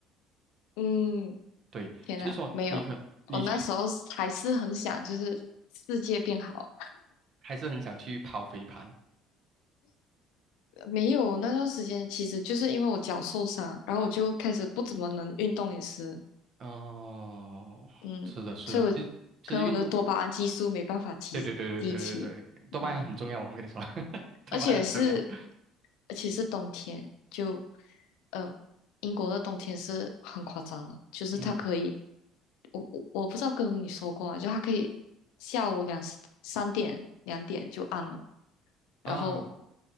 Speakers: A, on the left (about 80°); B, on the right (about 45°).
A: 嗯，
B: 对，
A: 天呐，
B: 就是说你可你去
A: 没有，我那时候是还是很想，就是世界变好。
B: 还是很想去跑飞盘。
A: 呃没有那段时间，其实就是因为我脚受伤，然后我就开始不怎么能运动，也是，
B: 哦，
A: 嗯，
B: 是的，是的，
A: 所以我
B: 就就是运动，
A: 可能我的多巴胺激素没办法提提起，
B: 对对对对对对对，多巴胺很重要，
A: 嗯，
B: 我跟你说，<laughs> 多巴胺很重要。
A: 而且是而且是冬天，就嗯，英国的冬天是很夸张的，就是它可以。
B: 嗯
A: 我我我不知道跟你说过吗？就它可以下午两三点两点就暗了，然后
B: 啊，